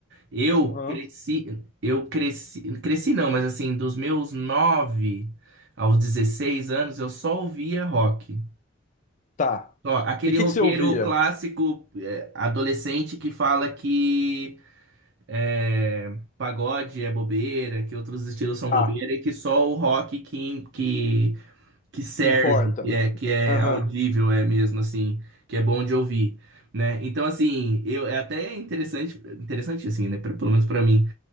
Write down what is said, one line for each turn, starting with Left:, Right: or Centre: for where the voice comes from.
Right: eu
Left: Aham.
Right: cresci, eu cresci, cresci não, mas assim, dos meus nove aos 16 anos, eu só ouvia rock.
Left: Tá.
Right: Ó, aquele
Left: E o que
Right: roqueiro
Left: que você ouvia?
Right: clássico, é, adolescente que fala que é, pagode é bobeira, que outros estilos são
Left: Ah,
Right: bobeira e que só o rock que, que, que serve,
Left: que importa,
Right: que
Left: né?
Right: é, que é
Left: Aham.
Right: audível, é mesmo assim, que é bom de ouvir, né? Então, assim, eu, é até interessante, interessante assim, né? Pelo menos pra mim,